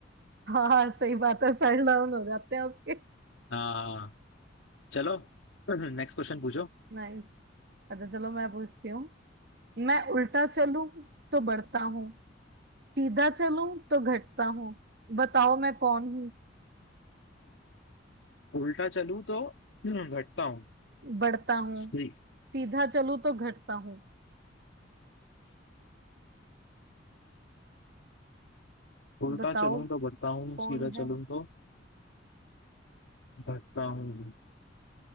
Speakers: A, on the right (about 60°); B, on the left (about 80°).
A: हाँ सही बात है सर डाउन हो जाते हैं उसके
B: हाँ चलो <laughs> नेक्स्ट क्वेश्चन पूछो
A: नाइस अच्छा चलो मैं पूछती हूँ मैं उल्टा चलूं तो बढ़ता हूँ सीधा चलूं तो घटता हूँ बताओ मैं कौन हूँ
B: उल्टा चलूं तो <clears throat> घटता
A: बढ़ता हूँ
B: हूँ
A: सीधा चलूं तो घटता हूँ
B: उल्टा
A: बताओ
B: चलूं तो बढ़ता हूँ सीधा
A: कौन है
B: चलूं तो घटता हूँ